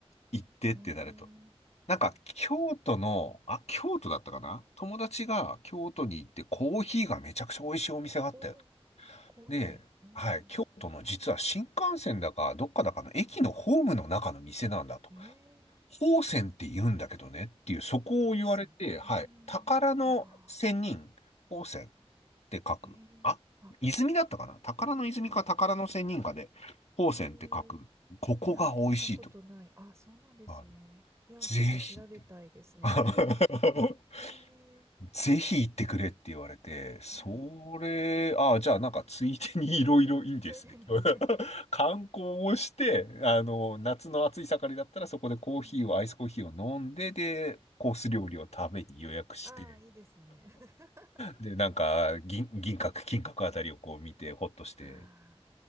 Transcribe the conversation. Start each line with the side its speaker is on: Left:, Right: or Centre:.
Left: 行ってってなると。
Right: ねえ。
Left: なんか京都の、
Right: はい。
Left: あ、京都だったかな友達が京都に行ってコーヒーがめちゃくちゃ美味しいお店があったよと。
Right: おコーヒー。
Left: で、
Right: うん。
Left: はい、京都の実は新幹線だかどっかだかの駅のホームの中の店なんだと。
Right: ええ
Left: 宝泉って言うんだけどねっていう、そこを言われて、
Right: 高専。
Left: はい、
Right: うーん。
Left: 宝の仙人、
Right: いやー、
Left: 宝泉。って書く。
Right: へえ。
Left: あ、
Right: あ、
Left: 泉だったかな宝の泉か宝の仙人かで、
Right: あ、
Left: 宝泉って書く。
Right: ええ。
Left: ここが美味しいと。
Right: いやー、聞いたことない。あ、そうなんですね。
Left: あの
Right: いやー、
Left: ぜひって。
Right: ちょっと調べたいですね。
Left: <laughs>
Right: <laughs> へえ。
Left: ぜひ行ってくれって言われて、
Right: はい。
Left: それ、ああ、じゃあなんかついでにいろいろいいですね。
Right: それでね
Left: <laughs>
Right: <laughs>
Left: 観光をして、あの、夏の暑い盛りだったらそこでコーヒーを、
Right: うん。
Left: アイスコーヒーを飲んで、で、コース料理を食べに予約して、
Right: ああ、いいですね。<laughs>
Left: で、なんか銀、銀閣、金閣あたりをこう見て、ほっとして
Right: ああ、